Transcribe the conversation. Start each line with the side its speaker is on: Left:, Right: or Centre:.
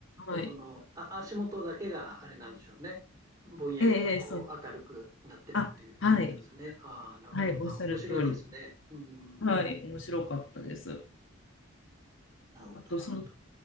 Right: じゃあ、
Left: はい。
Right: その、あ、足元だけがあれなんでしょうね。ぼんやりとこう明るくなってるっていう感じなんですね。
Left: ええええそう。あ、はい。
Right: ああ、なるほど。
Left: はい、おっしゃる通り。
Right: あ、面白いですね。う
Left: はい、
Right: ん。
Left: 面白かったです。
Right: なるほど、
Left: あと、
Right: なるほど。
Left: その